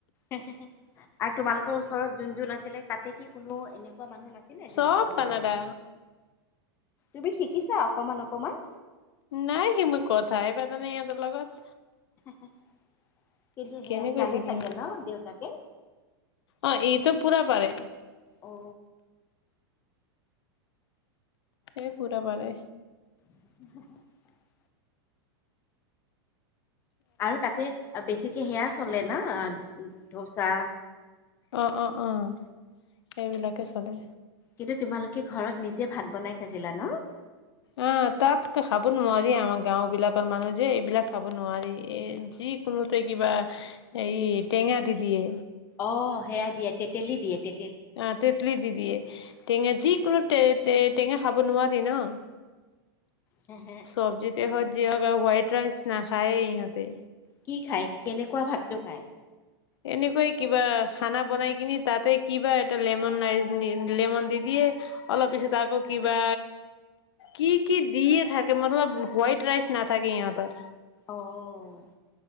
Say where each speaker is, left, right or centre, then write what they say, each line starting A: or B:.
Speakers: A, on the left; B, on the left.
A: আৰু তোমালোকৰ ওচৰত যোন যোন আছিলে তাতে কি কোনো এনে এনেকুৱা মানুহ নাছিলে
B: চব
A: যোনে ক'ব
B: কানাডা
A: পাৰে। তুমি শিকিছা অকমান, অকমান।
B: নাই সি মোৰ কথাই পাতা নাই ইহঁতৰ লগত।
A: <inaudible> কিন্তু
B: কেনেকৈ
A: সেয়াই জানে
B: শিকিম
A: চাগে ন' দেউতাকে।
B: অ ইটো পুৰা পাৰে।
A: অ'।
B: এই পুৰা পাৰে।
A: <inaudible> আৰু তাতে বেছিকে সেয়া চলে না ধোচা
B: অ', অ', অ', এইবিলাকে চলে।
A: কিন্তু তোমালোকে ঘৰত নিজে ভাত বনাই খাইছিলা ন'।
B: অ', তাত খাব নোৱাৰি আমাৰ গাওঁ বিলাকৰ মানুহ যে এইবিলাক খাব নোৱাৰি এ যি কোনোতে কিবা এই টেঙা দি দিয়ে।
A: অ', সেয়া দিয়ে তেতেলী দিয়ে তে
B: অ', তেতলি দিদিয়ে টেঙা যিকোনো টেঙা খাব নোৱাৰি ন'।
A: হেহে
B: চব্জি দেহত যিহওঁক হোৱাইট ৰাইচ নাখায় ইহঁতে।
A: কি খায়? কেনেকুৱা ভাতটো খায়?
B: এনেকুৱাই কিবা খানা বনাই কিনি তাতে কিবা এটা লেমন নাৰ লেমন দি দিয়ে অলপ পিছত আকৌ কিবা কি কি দিয়ে থাকে মতলব হোৱাইট ৰাইচ নাথাকে ইহঁতৰ।
A: অ'।